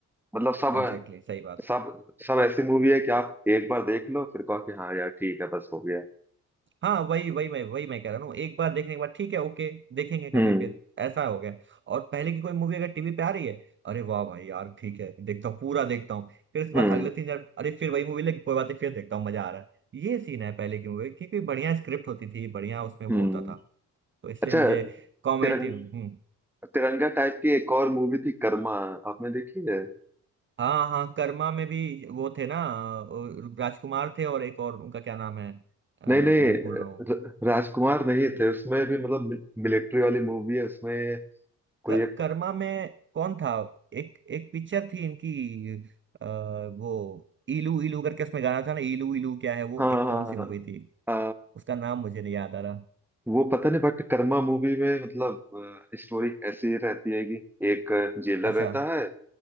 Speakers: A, in the centre; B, on the right.
A: मतलब सब
B: एग्जैक्टली exactly, सही बात
A: सब सब ऐसी मूवी है कि आप एक बार देख लो फिर कहो कि हाँ यार ठीक है बस हो गया
B: हाँ वही वही मैं वही मैं कह रहा हूँ एक बार देखने के बाद ठीक है ओके देखेंगे कभी
A: हम्म
B: फिर ऐसा हो गया और पहले की कोई मूवी अगर टीवी पे आ रही है अरे वाह भाई यार ठीक है देखता हूँ पूरा देखता हूँ फिर उसके बाद
A: हम्म
B: अगले तीन चार अरे फिर वही मूवी लगी कोई बात नहीं फिर देखता हूँ मजा आ रहा है ये सीन है पहले की मूवी क्योंकि बढ़िया स्क्रिप्ट होती थी बढ़िया उसमें वो
A: हम्म
B: होता था तो इसलिए
A: अच्छा
B: मुझे कॉमेडी
A: तिरंग
B: हम्म
A: तिरंगा टाइप की एक और मूवी थी कर्मा आपने देखी है
B: हाँ हाँ कर्मा में भी वो थे ना अ, राजकुमार थे और एक और उनका क्या नाम है अ,
A: नहीं नहीं
B: मैं भूल रहा हूँ
A: र- राजकुमार नहीं थे उसमें भी मतलब मिलिट्री वाली मूवी है उसमें कोई
B: क-
A: एक
B: कर्मा में कौन था एक एक पिक्चर थी इनकी अ, वो इलू इलू करके उसमें गाना था ना इलू इलू क्या है वो
A: हाँ
B: एक
A: हाँ
B: कौन सी
A: हाँ,
B: मूवी थी
A: आ,
B: उसका नाम मुझे नहीं याद आ रहा
A: वो पता नहीं बट कर्मा मूवी में मतलब स्टोरी ऐसी रहती है कि एक जेलर
B: अच्छा
A: रहता है